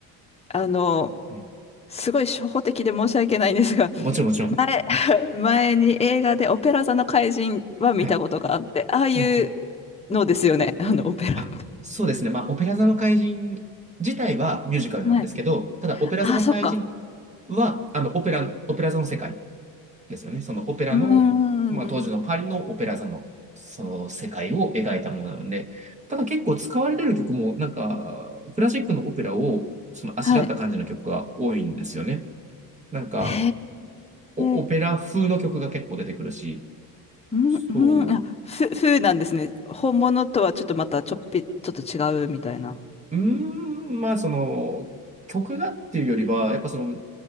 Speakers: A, on the left; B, on the right.
A: あの、
B: うん
A: すごい初歩的で申し訳ないんですが、
B: もちろん、もちろん。
A: 前、<laughs> 前に映画でオペラ座の怪人は見たことがあって、
B: はい。
A: ああいう
B: うんうん
A: のですよね、<laughs> あのオペラって。
B: あ、そうですね。まあ、オペラ座の怪人自体はミュージカルなんですけど、
A: はい。
B: ただ、オペラ座の怪人
A: あ、そっか。
B: は、あの、オペラ、オペラ座の世界ですよね。そのオペラの、
A: うーん、
B: まあ、
A: うんうん
B: 当時のパリのオペラ座の、その世界を描いたものなので、ただ結構使われてる曲も、なんか、クラシックのオペラを、その、あしらった感じの曲が多いんですよね。
A: はい。
B: なんか、
A: へ
B: おオペラ風の曲が結構出てくるし、
A: え。うん、
B: そう、
A: うん、あ、ふ、風なんですね。本物とはちょっとまたちょっぴ、ちょっと違うみたいな。
B: うーん、まあ、その、曲がっていうよりは、やっぱその、